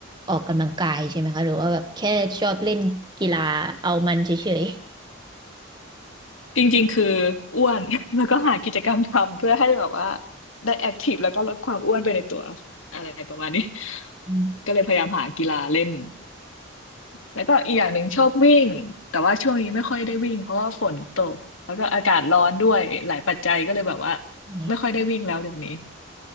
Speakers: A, on the right (about 20°); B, on the left (about 80°).
A: ออกกำลังกายใช่ไหมคะหรือว่าแบบแค่ชอบเล่นกีฬาเอามันเฉย
B: จริงๆคืออ้วน <laughs> แล้วก็หากิจกรรมทำเพื่อให้แบบว่าได้แอคทีฟแล้วก็ลดความอ้วนไปในตัวอะไรประมาณนี้
A: อืม
B: <laughs> ก็เลยพยายามหากีฬาเล่นแล้วก็อีกอย่างหนึ่งชอบวิ่งแต่ว่าช่วงนี้ไม่ค่อยได้วิ่งเพราะว่าฝนตกแล้วก็อากาศร้อนด้วยหลายปัจจัยก็เลยแบบว่า
A: เนี่ย
B: ไม่ค่อยได้วิ่งแล้วเดี๋ยวนี้